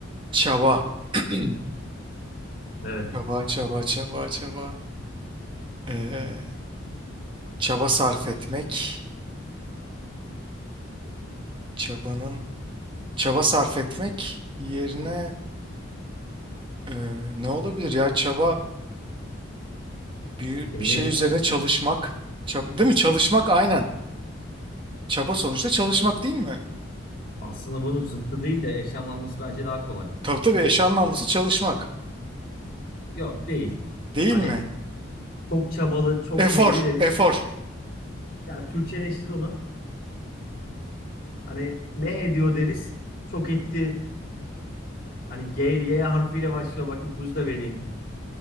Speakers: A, on the right; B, on the left.
A: Çaba. <clears throat>
B: Evet.
A: Çaba, çaba, çaba, çaba. Ee, çaba sarf etmek. Çabanın çaba sarf etmek yerine ee, ne olabilir ya? Çaba bir,
B: Şimdi
A: bir şey üzerine çalışmak. Çaba, değil mi? Çalışmak aynen. Çaba sonuçta çalışmak değil mi?
B: aslında bunun zıttı değil de eş anlamlısı bence daha kolay.
A: Tabii tabii eş anlamlısı çalışmak.
B: Yok değil.
A: Değil
B: Hani
A: mi?
B: çok çabalı, çok
A: Efor,
B: neyli deriz.
A: efor.
B: Ya Türkçeleştir onu. Hani ne ediyor deriz. Çok etti. Hani G, Y harfiyle başlıyor. Bak ipucu da vereyim.